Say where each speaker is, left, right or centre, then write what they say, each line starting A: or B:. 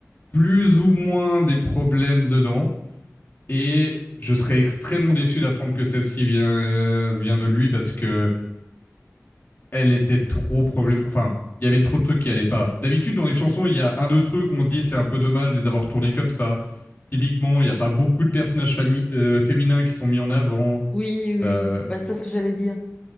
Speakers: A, on the left (about 40°); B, on the left (about 20°).
A: plus ou moins des problèmes dedans. Et je serais extrêmement déçu d'apprendre que celle-ci vient, euh, vient de lui parce que elle était trop problème. Enfin, il y avait trop de trucs qui allaient pas. D'habitude, dans les chansons, il y a un, deux trucs, où on se dit c'est un peu dommage de les avoir tournés comme ça. Typiquement, il n'y a pas beaucoup de personnages fami- euh, féminins qui sont mis en avant.
B: Oui, oui,
A: Euh,
B: oui. Bah, c'est ce que j'allais dire.